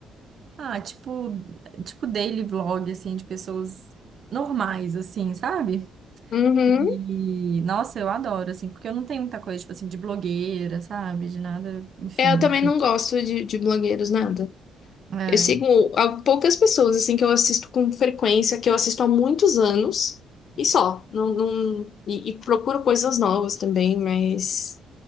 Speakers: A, on the right; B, on the left.
A: Ah, tipo, tipo daily vlog, assim, de pessoas normais, assim, sabe?
B: Uhum.
A: E, nossa, eu adoro, assim, porque eu não tenho muita coisa, tipo assim, de blogueira, sabe? De nada, enfim.
B: É, Eu também não gosto de, de blogueiros, nada.
A: É,
B: Eu sigo a- poucas pessoas, assim, que eu assisto com frequência, que eu assisto há muitos anos, e só. Não, não, e, e procuro coisas novas também, mas